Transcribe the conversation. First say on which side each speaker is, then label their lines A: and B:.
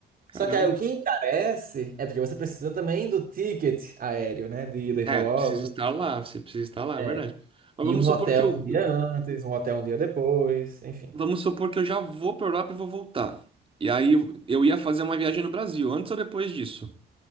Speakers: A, on the right; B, on the right.
A: Caramba.
B: Só que aí o que encarece é porque você precisa também do ticket aéreo, né? De ida e volta.
A: É, precisa estar lá, você precisa estar lá, é
B: É.
A: verdade. Mas
B: E
A: vamos
B: um
A: supor
B: hotel
A: que o
B: um dia antes, um hotel um dia depois, enfim.
A: Vamos supor que eu já vou para Europa e vou voltar. E aí eu ia fazer uma viagem no Brasil, antes ou depois disso?